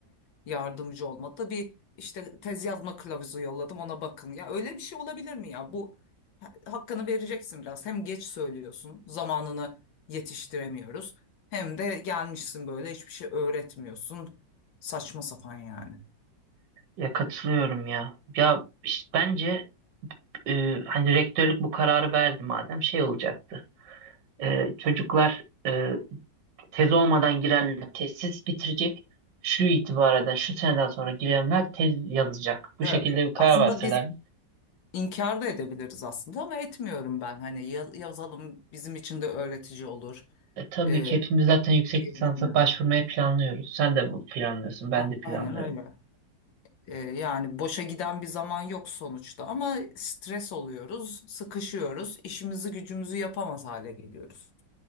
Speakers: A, on the left; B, on the right.
A: yardımcı olmadı. Bir işte tez yazma kılavuzu yolladım ona bakın. Ya öyle bir şey olabilir mi ya? Bu ha- hakkını vereceksin biraz. Hem geç söylüyorsun, zamanını yetiştiremiyoruz. Hem de gelmişsin böyle hiçbir şey öğretmiyorsun. Saçma sapan yani.
B: Ya katılıyorum ya. Ya işte bence e, hani rektörlük bu kararı verdi madem şey olacaktı. E, çocuklar e, tez olmadan girenler tezsiz bitirecek. Şu itibareden şu seneden sonra girenler tez yazacak. Bu
A: Evet.
B: şekilde bir karar
A: Aslında
B: verseler.
A: biz İnkar da edebiliriz aslında ama etmiyorum ben. Hani ya- yazalım bizim için de öğretici olur
B: E, tabii
A: e,
B: ki hepimiz zaten yüksek
A: diye
B: lisansa
A: düşünüyorum.
B: başvurmayı planlıyoruz. Sen de bu planlıyorsun, ben
A: A-
B: de planlıyorum.
A: Aynen öyle. E, yani boşa giden bir zaman yok sonuçta ama stres oluyoruz, sıkışıyoruz, işimizi gücümüzü yapamaz hale geliyoruz.